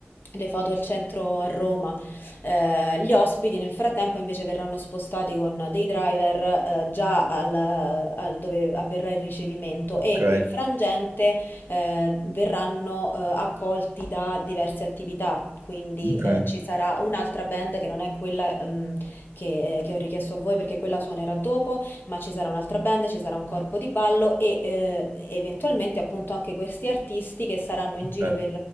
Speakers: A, on the left; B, on the right.
A: le foto al centro a Roma. Eh, gli ospiti nel frattempo invece verranno spostati con dei driver eh, già al, al dove avverrà il ricevimento e
B: ok,
A: in quel frangente eh, verranno eh, accolti da diverse attività. Quindi
B: ok,
A: eh, ci sarà un'altra band che non è quella ehm, che, eh, che ho richiesto a voi perché quella suonerà dopo, ma ci sarà un'altra band, ci sarà un corpo di ballo e eh, eventualmente appunto anche questi artisti che saranno in
B: ok.
A: giro per